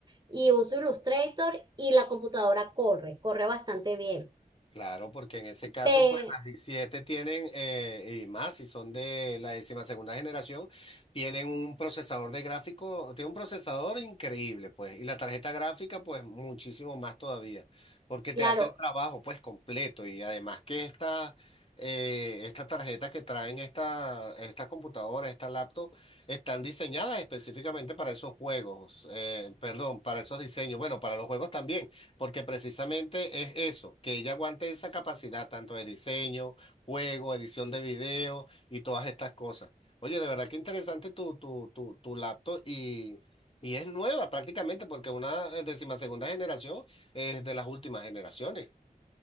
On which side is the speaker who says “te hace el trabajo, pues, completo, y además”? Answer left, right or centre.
Left